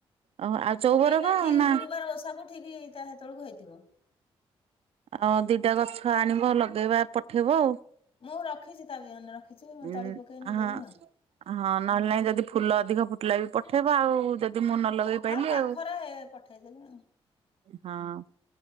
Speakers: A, on the right; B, on the left.
A: ଓହୋ ଆଉ ଚଉବରଗ
B: ପକେଇନା ଠିକ
A: ନା
B: ଗୁରୁବାର ଓଷାକୁୁ ଠିକ ଈ ତା ସେତେଳକୁ ହେଇଥିବ।
A: ଆଉ ଦିଟା ଗଛ ଆଣିବ ଲଗେଇବା ପଠେଇବ ଆଉ।
B: ମୁଁ ରଖିଛି ତା ବିଅନ ରଖିଛି ମୁଁ
A: ଉଁ
B: ତଳି ପକେଇଲେ
A: ହଁ
B: ଦେବି ଆଉ।
A: ହଁ ନହେଲେ ନାଇଁ ଯଦି ଫୁଲ ଅଧିକ ଫୁଟିଲା ବି ପଠେଇବ ଆଉ। ମୁଁ ନ ଲଗେଇ ପାରଲିି
B: ହଁ ପାଖରେ
A: ଆଉ
B: ପଠେଇଦେବି ଆଉ
A: ହଁ